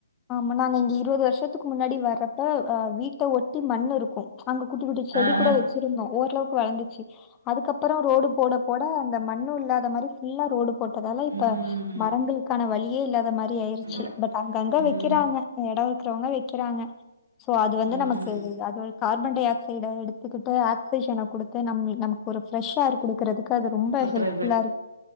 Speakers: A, on the left; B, on the right.
A: ஆமா நாங்க இங்க இருவது வருஷ்த்துக்கு முன்னாடி வர்றப்ப அ வீட்ட ஒட்டி மண் இருக்கு அங்க குட்டி குட்டி செடி
B: ஆ
A: கூட
B: ஆ
A: வச்சிருந்தோ ஓரளவுக் வளந்துச்சி அதுக்கப்றோ ரோடு போட போட அந்த மண்ணு இல்லாத மாரி ஃபுல்லா ரோடு போட்டதால இப்ப
B: ம்
A: மரங்களுக்கான வழியே இல்லாத மாரி ஆயிருச்சி
B: இல்ல.
A: பட் அங்கங்க
B: ம்
A: வெக் வக்கிறாங்க எடோ இருக்குறவங்க வெக்கிறாங்க சோ அது வந்து
B: ம்
A: நமக்கு அது ஒரு கா ர்பன்டை ஆக்சைட எடுத்துக்கிட்டு ஆக்சிஜன கொடுத்து நம்மிள் நமக் ஒரு ஃப்ரெஷ் ஏர் குடுக்கறதுக்கு அது ரொம்ப
B: இருக்கிறது
A: ஹெல்ப் ஃபுல்லாருக்